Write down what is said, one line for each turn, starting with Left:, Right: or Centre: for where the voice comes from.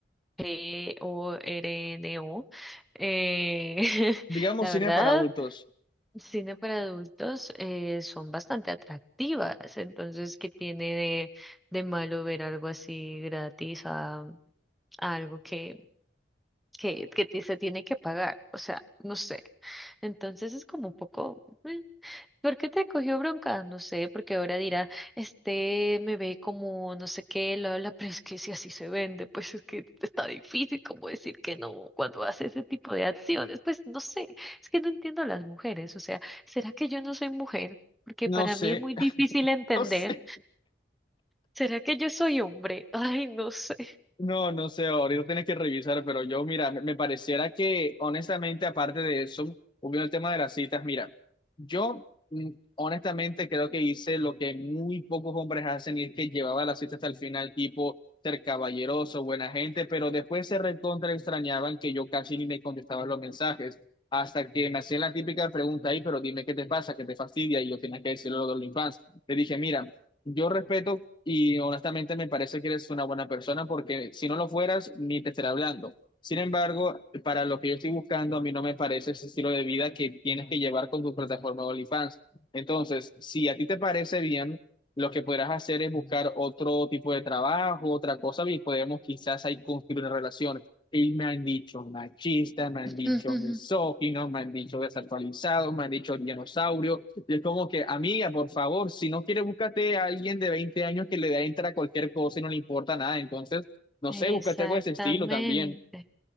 Centre: P-O-R-N-O, eh, <laughs>
Left: Digamos
Centre: la
Left: cine
Centre: verdad.
Left: para adultos.
Centre: cine para adultos eh, son bastante atractivas, entonces, ¿qué tiene de, de malo ver algo así gratis a, a algo que, que, que te- se tiene que pagar? O sea, no sé. Entonces es como un poco, mm, ¿Por qué te cogió bronca? No sé, porque ahora dirá, este me ve como no sé qué, lo habla, <laughs> pero es que si así se vende, pues es que está difícil como decir que no cuando hace ese tipo de acciones. Pues no sé, es que no entiendo a las mujeres. O sea, ¿será que yo no soy mujer? Porque
Left: No
Centre: para
Left: sé,
Centre: mí es muy difícil
Left: <laughs>
Centre: entender.
Left: no sé.
Centre: ¿Será que yo soy hombre? <laughs> Ay, no sé.
Left: No, no sé, ahorita tienes que revisar, pero yo, mira, me, me pareciera que, honestamente, aparte de eso, volviendo el tema de las citas, mira, yo, mm, honestamente, creo que hice lo que muy pocos hombres hacen y es que llevaba la cita hasta el final, tipo, ser caballeroso, buena gente, pero después se recontra extrañaban que yo casi ni me contestaba los mensajes, hasta que me hacían la típica pregunta ahí, pero dime qué te pasa, qué te fastidia, y yo tenía que decirlo lo de OnlyFans. Le dije, mira, yo respeto y honestamente me parece que eres una buena persona porque si no lo fueras, ni te estaré hablando. Sin embargo, para lo que yo estoy buscando, a mí no me parece ese estilo de vida que tienes que llevar con tu plataforma de OnlyFans. Entonces, si a ti te parece bien, lo que podrás hacer es buscar otro tipo de trabajo, otra cosa, y podemos quizás ahí construir una relación. Y me han dicho machista, me han
Centre: <laughs>
Left: dicho misógino, me han dicho desactualizado, me han dicho dinosaurio. Y es como que, amiga, por favor, si no quieres, búscate a alguien de 20 años que le da entra a cualquier cosa y no le importa nada. Entonces, no
Centre: Exactamente.
Left: sé, búscate algo de ese estilo también.